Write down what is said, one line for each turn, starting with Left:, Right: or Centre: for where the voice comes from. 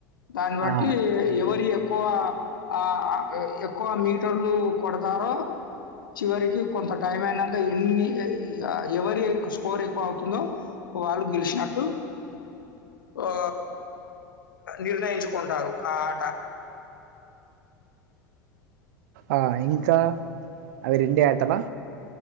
Left: దాన్ని బట్టి
Right: ఆ,
Left: ఎవరి ఏ ఎక్కువ ఆ ఎక్కువ మీటర్లు కొడతారో చివరిీకి కొంత టైం అయినా ఎన్ని ఎవరి ఎక్కువ స్కోర్ అవుతుందో వాళ్ళు గెలిచినట్టు ఆ నిర్ణయించుకుంటారు ఆ ఆట
Right: ఆ ఇంకా అవి రెండే ఆటలా